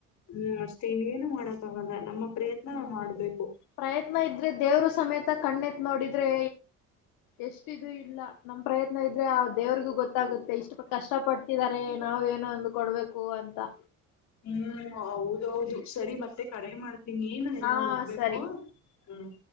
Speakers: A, on the left; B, on the left.
A: ಹ್ಮ್ ಅಷ್ಟೇ ಇನ್ನೇನು ಮಾಡಕ್ಕಾಗಲ್ಲ ನಮ್ಮ ಪ್ರಯತ್ನ
B: ಹ್ಮ್
A: ನಾವ ಮಾಡ್ಬೇಕು
B: ಪ್ರಯತ್ನ ಇದ್ರೆ ದೇವ್ರು ಸಮೇತ ಕಣ್ಣೆತ್ ನೋಡಿದ್ರೆ ಎಷ್ಟ ಇದು ಇಲ್ಲ ನಮ್ ಪ್ರಯತ್ನ ಇದ್ರೆ ದೇವ್ರಿಗೂ ಗೊತ್ತಾಗುತ್ತೆ ಇಷ್ಟು ಕಷ್ಟಪಟ್ಟ ಇದಾರೆ ನಾವು ಏನ ಒಂದು ಕೊಡ್ಬೇಕು ಅಂತಾ
A: ಹ್ಮ್ ಹೌದೌದು ಸರಿ ಮತ್ತೆ ಕಡೆ ಮಾಡ್ತೀನಿ ಏನ ಎಲ್ಲ
B: ಹಾ
A: ಹೋಗ್ಬೇಕು
B: ಸರಿ.
A: ಹ್ಮ್